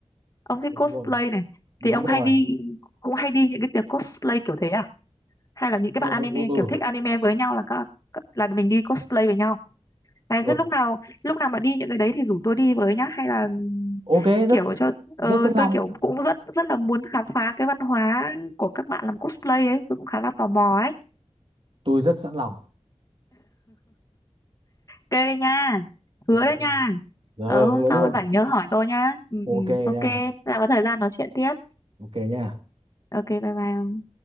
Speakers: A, on the left (about 30°); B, on the right (about 50°).
A: ông thích
B: đúng
A: cosplay
B: rồi
A: này
B: đúng
A: thì ông
B: rồi
A: hay đi cũng hay đi những cái tiệc cosplay kiểu thế à hay là những cái
B: ừ
A: bạn anime
B: ừ ừ ừ
A: kiểu thích anime với nhau là các là mình đi cosplay với nhau này
B: ừ.
A: thế lúc nào lúc nào mà đi những cái đấy thì rủ tôi đi với nhá hay là ừm,
B: ok
A: kiểu
B: rất
A: cho ờ,
B: rất sẵn lòng
A: tôi kiểu cũng rất rất là muốn khám phá cái văn hóa của các bạn làm cosplay ấy, tôi cũng khá là tò mò ấy.
B: tôi rất sẵn lòng
A: Ok nha. Hứa
B: ok
A: đấy nha.
B: giờ
A: Ờ
B: hứa
A: hôm
B: hứa
A: sau
B: luôn
A: rảnh nhớ hỏi tôi nhá. Ừ ừ
B: ok
A: ok,
B: nha
A: Thế là có thời gian nói chuyện tiếp.
B: ok nha
A: Ok bye bye.